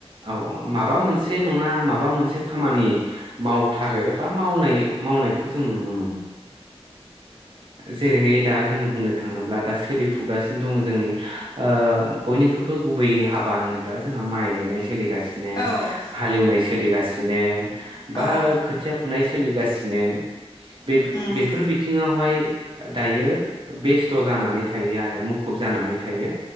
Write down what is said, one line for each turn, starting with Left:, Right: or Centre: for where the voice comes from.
Right: औ माबा मोनसे नङा माबा मोनसे खामानि मावथारो बा मावनाय मावनायखौ जों नुनो मोनो। जेरैहाय दा जोङो बुंनो थाङोब्ला दा सोलिफुगासिनो दङ जोंनि ओ बयनिख्रुबो गुबैयै हाब बा होनोब्ला जोंहा माइ गायनाय सो लिगासिनो
Left: औ
Right: हालेवनाय सो लिगासिनो बा
Left: औ
Right: खोथिया फुनाय सो सोलिगासिनो बे
Left: उम
Right: बेफोर बिथिङावहाय दायो बेस्थ जानानै थायो आरो मुखुब जानानै थायो